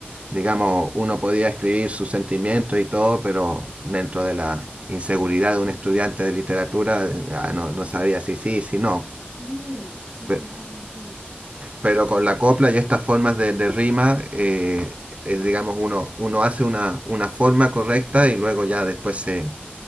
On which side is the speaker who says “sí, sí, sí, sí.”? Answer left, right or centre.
Centre